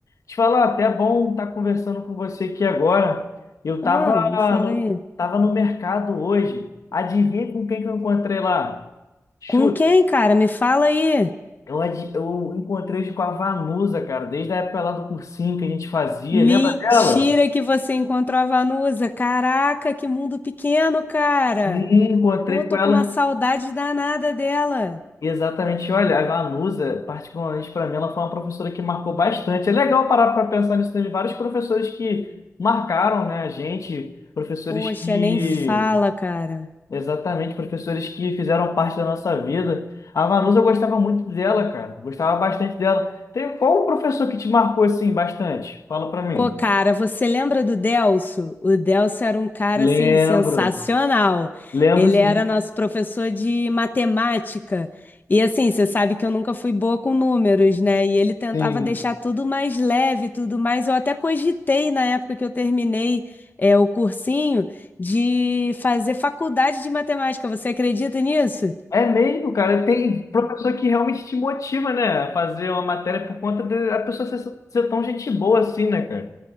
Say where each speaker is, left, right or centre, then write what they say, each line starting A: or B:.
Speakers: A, on the left (about 75°); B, on the left (about 35°).
A: Te falar, até é bom estar conversando com você aqui agora. Eu
B: Ah,
A: tava
B: me fala
A: no,
B: aí.
A: tava no mercado hoje. Adivinha com quem que eu encontrei lá? Chuta.
B: Com quem, cara? Me fala aí.
A: Eu, adi- eu encontrei hoje com a Vanusa, cara, desde a época lá do cursinho que a gente fazia.
B: Mentira
A: Lembra dela?
B: que você encontrou a Vanusa. Caraca, que mundo pequeno, cara.
A: Sim, encontrei
B: Pô, tô
A: com ela.
B: com uma saudade danada dela.
A: Exatamente, olha, a Vanusa, particularmente para mim, ela foi uma professora que marcou bastante. É legal parar para pensar nisso, teve vários professores que marcaram, né, a gente, professores
B: Poxa,
A: que,
B: nem fala, cara.
A: exatamente, professores que fizeram parte da nossa vida. A Vanusa, eu gostava muito dela, cara, gostava bastante dela. Tem qual o professor que te marcou assim bastante? Fala para mim.
B: Pô, cara, você lembra do Delso? O Delso era um cara
A: Lembro,
B: assim sensacional.
A: lembro
B: Ele
A: sim,
B: era nosso professor de matemática. E assim, você sabe que eu nunca fui boa com números, né? E ele tentava
A: sim.
B: deixar tudo mais leve, tudo mais. Eu até cogitei na época que eu terminei é, o cursinho de fazer faculdade de matemática. Você acredita nisso?
A: É mesmo, cara. Tem professor que realmente te motiva, né? A fazer uma matéria por conta da pessoa ser, ser tão gente boa assim, né, cara?